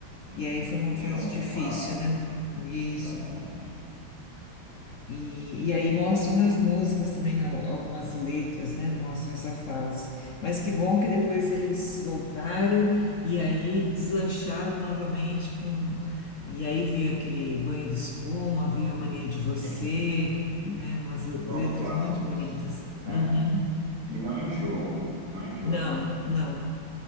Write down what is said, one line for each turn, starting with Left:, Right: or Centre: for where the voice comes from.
Right: sim.
Left: e aí foi uma
Right: Mexeu
Left: fase
Right: muito
Left: difícil,
Right: com ela,
Left: né? Isso.
Right: exatamente.
Left: E, e aí mostram nas músicas também, na- algumas letras, né? Mostra essa fase. Mas que bom que depois eles voltaram e aí deslancharam novamente com. E aí veio aquele banho de espuma, veio a mania de você,
Right: Sim,
Left: né? Umas letras
Right: só os clássicos,
Left: muito bonitas.
Right: né?
Left: Uhum,
Right: Que
Left: uhum.
Right: não enjoam. Não enjoam
Left: Não,
Right: essas músicas.
Left: não.